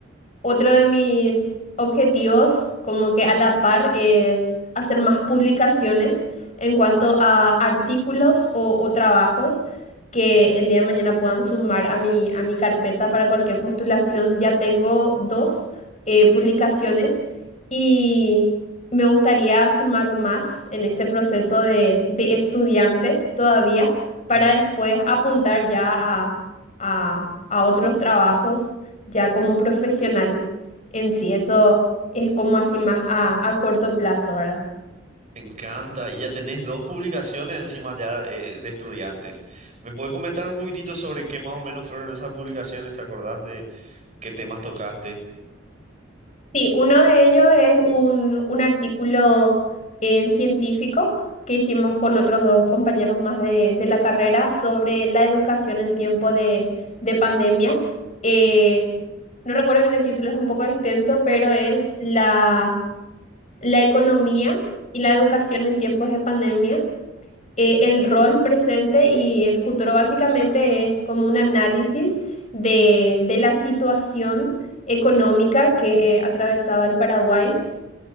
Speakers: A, on the left (about 35°); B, on the right (about 40°).
A: otro de mis objetivos, como que a la par, es hacer más publicaciones en cuanto a artículos o, o trabajos que el día de mañana puedan sumar a mi, a mi carpeta para cualquier postulación. Ya tengo dos eh, publicaciones y me gustaría sumar más en este proceso de, de estudiante todavía para
B: Mm,
A: después apuntar ya a, a a otros trabajos ya como profesional en sí. Eso es como así más a, a corto plazo, ¿verdad?
B: Me encanta. Y ya tenés dos publicaciones encima ya eh, de estudiantes. ¿Me puedes comentar un poquitito sobre qué más o menos fueron esas publicaciones? ¿Te acordás de qué temas tocaste?
A: Sí, uno de ellos es un, un artículo en científico que hicimos con otros dos compañeros más de, de la carrera sobre la educación en tiempo de, de pandemia. Eh, no recuerdo bien el título, es un poco extenso, pero es la, la economía y la educación en tiempos de pandemia. eh, el rol presente y el futuro básicamente es como un análisis de, de la situación económica
B: Ujú.
A: que atravesaba el Paraguay.